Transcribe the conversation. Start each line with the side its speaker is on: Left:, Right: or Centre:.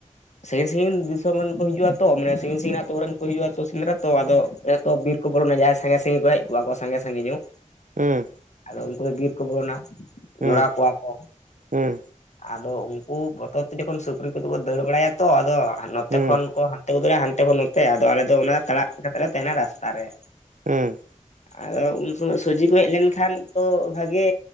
Left: ᱥᱟᱹᱜᱤᱧ ᱥᱟᱹᱜᱤᱧ ᱫᱤᱥᱚᱢ ᱨᱮᱱ ᱠᱚ ᱦᱤᱡᱩᱜ-ᱟ ᱛᱚ ᱢᱟᱱᱮ ᱥᱟᱹᱜᱤᱧ ᱥᱟᱹᱜᱤᱧ ᱟᱛᱳ ᱨᱮᱱ ᱠᱚ ᱦᱤᱡᱩᱜ-ᱟ ᱛᱚ ᱥᱮᱫᱽᱨᱟ ᱛᱚ ᱟᱫᱚ᱾ ᱛᱚ ᱵᱤᱨ ᱠᱚ ᱵᱚᱞᱚᱱᱟ ᱡᱟᱦᱟᱸᱭ ᱥᱟᱸᱜᱮ ᱥᱟᱸᱜᱮ ᱠᱚ ᱦᱮᱡ ᱠᱚᱜ-ᱟ ᱠᱚ ᱥᱟᱸᱜᱮ ᱥᱟᱸᱜᱮ ᱧᱚᱜ᱾
Right: ᱦᱮᱸ
Left: ᱟᱫᱚ ᱩᱱᱠᱩ ᱫᱚ ᱵᱤᱨ ᱠᱚ ᱵᱚᱞᱚᱱᱟ
Right: ᱦᱮᱸ
Left: ᱡᱚᱲᱟᱣ ᱠᱚᱣᱟ ᱠᱚ᱾
Right: ᱦᱮᱸ
Left: ᱟᱫᱚ ᱩᱱᱠᱩ ᱵᱚᱛᱚᱨ ᱛᱮ ᱡᱚᱠᱷᱚᱱ ᱥᱩᱠᱨᱤ ᱠᱚᱫᱚ ᱠᱚ ᱫᱟᱹᱲ ᱵᱟᱲᱟᱭᱟ᱾ ᱛᱚ ᱟᱫᱚ ᱱᱚᱛᱮ
Right: ᱦᱮᱸ
Left: ᱠᱷᱚᱱ ᱠᱚ ᱦᱟᱱᱛᱮ ᱜᱚᱫᱚᱜ-ᱟ, ᱦᱟᱱᱛᱮ ᱠᱷᱚᱱ ᱱᱚᱛᱮ ᱟᱫᱚ ᱟᱞᱮ ᱫᱚ ᱚᱱᱟ ᱛᱟᱲᱟᱜ ᱠᱟᱛᱮᱞᱮ ᱛᱟᱦᱮᱸᱱᱟ ᱨᱟᱥᱛᱟ ᱨᱮ᱾
Right: ᱦᱮᱸ᱾
Left: ᱟᱫᱚ ᱩᱱ ᱥᱚᱢᱚᱭ ᱥᱚᱵᱡᱤ ᱯᱮ ᱦᱮᱡ ᱞᱮᱱᱠᱷᱟᱱ ᱛᱚ ᱵᱷᱟᱜᱤ